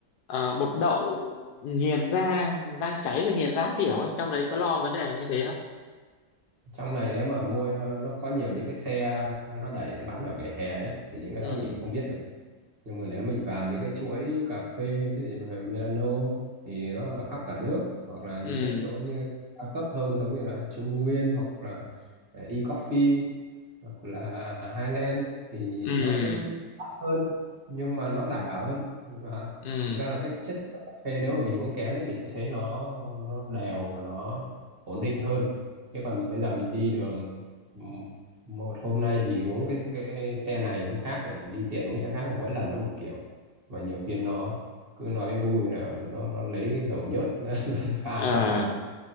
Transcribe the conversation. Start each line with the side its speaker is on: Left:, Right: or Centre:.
Left: ờ, bột đậu nghiền ra rang cháy rồi nghiền ra kiểu ấy trong đấy có lo vấn đề như thế không
Right: trong này nếu mà mua ờ, nó có nhiều những cái xe ờ, nó đẩy nó bán ở vỉa hè đấy thì những cái
Left: ừ
Right: đó mình cũng không biết được nhưng mà nếu mình vào những cái chuỗi cà phê ví dụ như là Milano thì nó là khắp cả nước hoặc là những
Left: ừ
Right: cái chỗ như cao cấp hơn giống như là Trung Nguyên hoặc là ờ, e-coffee hoặc là Highlands thì
Left: ừ
Right: nó sẽ đắt hơn nhưng mà nó đảm bảo hơn và
Left: ừ
Right: thực ra là cái chất của cà phê nếu mà mình uống kén đấy mình sẽ thấy nó nó đều và nó ổn định hơn chứ còn bây giờ mình đi đường m- một hôm nay thì uống cái, cái xe này hôm khác lại đi tiện uống xe khác mỗi lần nó một kiểu mà nhiều khi nó cứ nói vui là nó nó lấy cái dầu nhớt <laughs> nó pha
Left: Ờ.
Right: cho mình